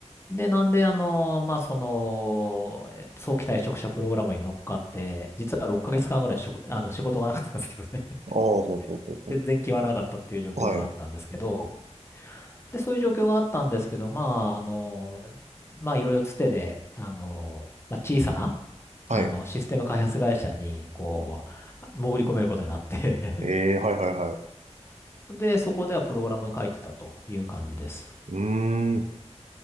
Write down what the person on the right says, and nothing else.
ああ、ほうほうほうほ
う。はい。
はい。
ええ、はいはいはい。
うーん。